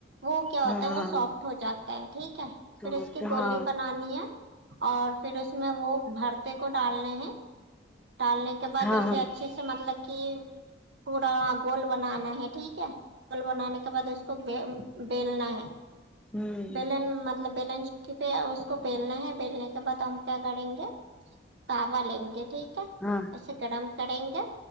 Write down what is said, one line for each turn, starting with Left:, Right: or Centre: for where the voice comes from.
Right: وہ کیا ہوتا
Centre: ہاں
Right: ہے وہ
Centre: ہاں
Right: سافٹ ہو جاتا ہے ٹھیک ہے پھر
Centre: ہاں
Right: اس کی گولی
Centre: ہاں
Right: بنانی ہے اور پھر اس میں وہ بھر کو ڈالنے ہیں ڈالنے کے بعد
Centre: ہاں
Right: اسے
Centre: ہاں
Right: اچھے سے مطلب کہ پورا گول بنانا ہے ٹھیک ہے گول بنانے کے بعد اس کو بیلنا ہے
Centre: ہوں
Right: بیلن مطلب بیلن کیونکہ اس کو بیلنا ہے بیلنے کے بعد ہم کیا کریں گے تعوا لیں گے ٹھیک ہے
Centre: ہاں
Right: سے گرم کریں گے